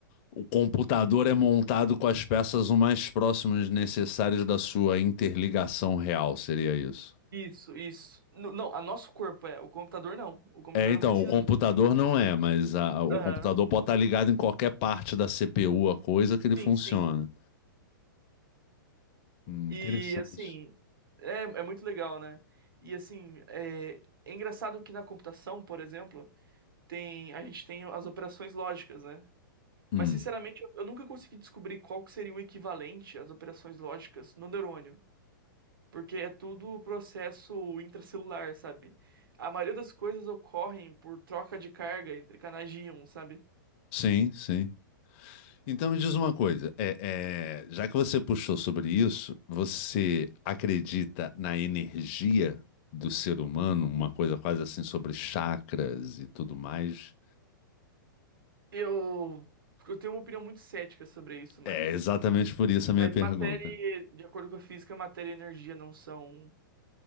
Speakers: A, on the left (about 35°); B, on the right (about 80°).
A: o computador é montado com as peças o mais próximas necessárias da sua interligação real, seria isso?
B: Isso, isso. N- não, a nosso corpo é, o computador não. O computador
A: É, então,
B: não precisa...
A: o computador
B: de-
A: não é, mas a- o
B: Aham.
A: computador pode estar ligado em qualquer parte da CPU, a coisa que ele
B: Sim,
A: funciona.
B: sim.
A: Hum,
B: E,
A: interessante.
B: assim, é, é muito legal, né? E, assim, é, é engraçado que na computação, por exemplo, tem, a gente tem as operações lógicas, né?
A: Hum,
B: Mas, sinceramente, eu eu nunca consegui descobrir qual que seria o equivalente às operações lógicas no neurônio. porque é tudo um processo intracelular, sabe? A maioria das coisas ocorrem por troca de carga entre canais de íon, sabe?
A: sim, sim. Então me diz uma coisa, é, é, já que você puxou sobre isso, você acredita na energia do ser humano, uma coisa quase assim sobre chakras e tudo mais?
B: Eu, eu tenho uma opinião muito cética sobre isso, mas,
A: É exatamente por isso a minha
B: mas
A: pergunta.
B: matéria, e- de acordo com a física, matéria e energia não são